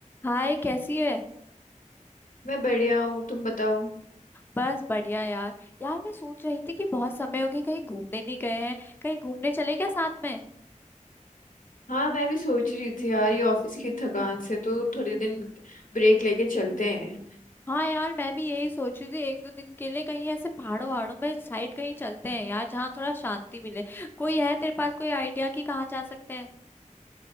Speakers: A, on the left (about 15°); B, on the left (about 85°).
A: हाय कैसी है
B: मैं बढ़िया हूँ तुम बताओ
A: बस बढ़िया यार यार मैं सोच रही थी कि बहुत समय हो गई कहीं घूमने नहीं गए हैं कहीं घूमने चले क्या साथ में
B: हाँ मैं भी सोच रही थी यार ये ऑफिस की थकान से तो थोड़े दिन ब्रेक लेके चलते हैं
A: हाँ यार मैं भी यही सोच रही थी एक दो दिन के लिए कहीं ऐसे पहाड़ों वहाड़ों में साइड कहीं चलते हैं यार जहाँ थोड़ा शांति मिले कोई है तेरे पास कोई आइडिया कि कहाँ जा सकते हैं